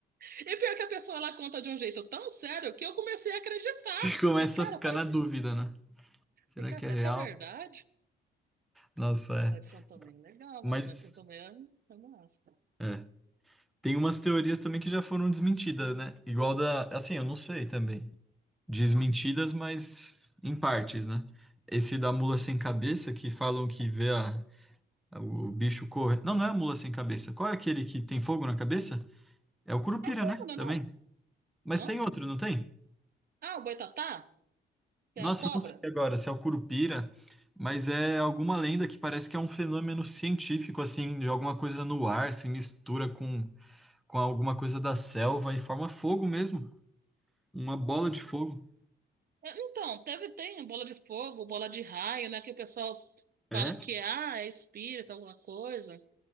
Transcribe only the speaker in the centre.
Você começa
a ficar
na dúvida, né? Será
que
é real?
Nossa, é.
Mas
é. tem umas teorias também que já foram desmentidas, né? Igual da. Assim, eu não sei também. Desmentidas,
mas em partes, né? Esse da mula sem cabeça, que falam que vê a, a- o bicho correr. Não, não é a mula sem cabeça. Qual é aquele que tem fogo na cabeça? É o curupira,
né?
Também.
Mas
tem outro, não tem?
Nossa,
eu não sei agora se é o Curupira, mas é alguma lenda que parece que é um fenômeno científico, assim, de alguma coisa no ar, se mistura com, com alguma coisa da selva e forma fogo mesmo. Uma bola de fogo.
É,